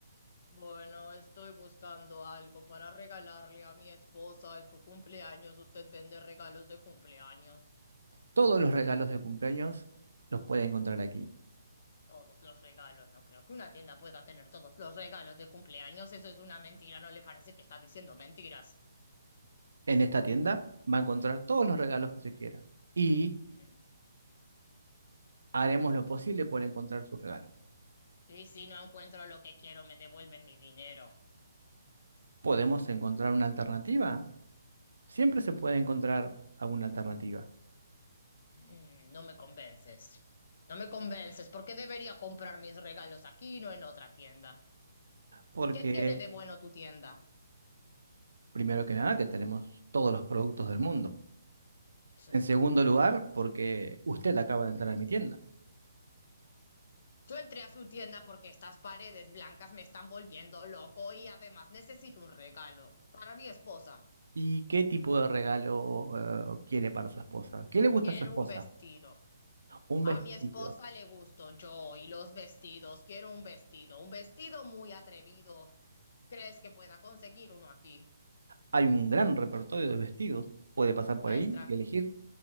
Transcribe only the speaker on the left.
Bueno, estoy buscando algo para regalarle a mi esposa en su cumpleaños. Usted vende regalos de cumpleaños.
Todos los regalos. No creo que una tienda pueda tener todos los regalos de cumpleaños. Eso es una mentira. ¿No le parece que está diciendo mentiras?
Mm.
Y si no encuentro lo que quiero, me devuelven mi dinero.
Mm.
Mm, No me convences. No me convences. ¿Por qué debería comprar mis regalos aquí y no en otra tienda?
¿Qué tiene de bueno tu tienda?
Eso
es
mentira.
Yo entré a su tienda porque estas paredes blancas me están volviendo loco y además necesito un regalo para mi esposa.
Quiero
un vestido.
A
mi esposa le gusto yo y los vestidos. Quiero un vestido. Un vestido muy atrevido. ¿Crees que pueda conseguir uno aquí?
Muéstrame.